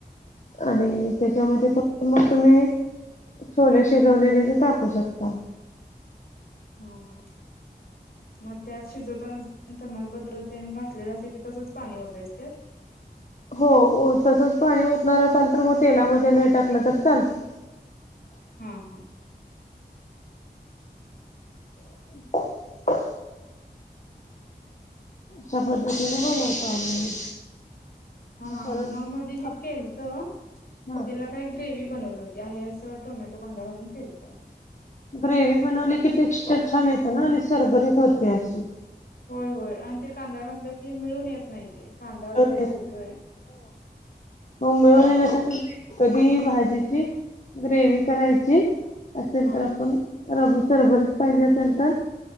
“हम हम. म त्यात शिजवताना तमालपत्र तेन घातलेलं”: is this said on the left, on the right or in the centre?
Left